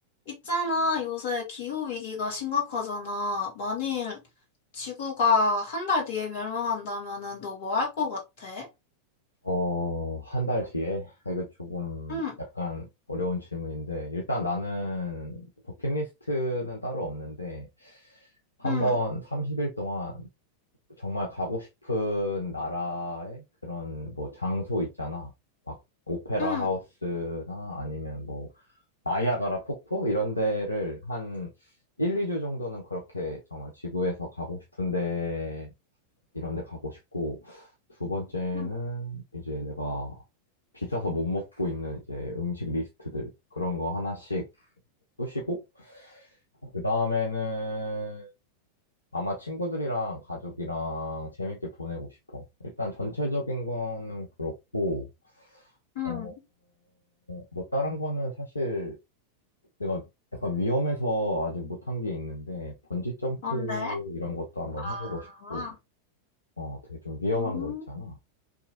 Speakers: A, on the left (about 55°); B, on the left (about 80°).
A: 있잖아, 요새 기후위기가 심각하잖아. 만일 지구가 한 달 뒤에 멸망한다면은 너 뭐 할 것 같아?
B: 어, 한 달 뒤에? 아, 이거 조금
A: 응,
B: 약간 어려운 질문인데, 일단 나는 버킷리스트는 따로 없는데, 한
A: 응,
B: 번 30일 동안 정말 가고 싶은 나라의 그런 뭐 장소 있잖아. 막 오페라
A: 응,
B: 하우스나 아니면 뭐 나이아가라 폭포 이런 데를 한 1, 2주 정도는 그렇게 정말 지구에서 가고 싶은데 이런 데 가고 싶고, 두 번째는
A: 응,
B: 이제 내가 비싸서 못 먹고 있는 이제 음식 리스트들, 그런 거 하나씩 꾸시고 그 다음에는 아마 친구들이랑 가족이랑 재밌게 보내고 싶어. 일단 전체적인 거는 그렇고,
A: 응.
B: 어, 뭐 다른 거는 사실 내가 약간 위험해서 아직 못 한 게 있는데, 번지 점프
A: 뭔데?
B: 이런 것도 한번
A: 아,
B: 해보고 싶고, 어, 되게 좀 위험한
A: 음,
B: 거 있잖아.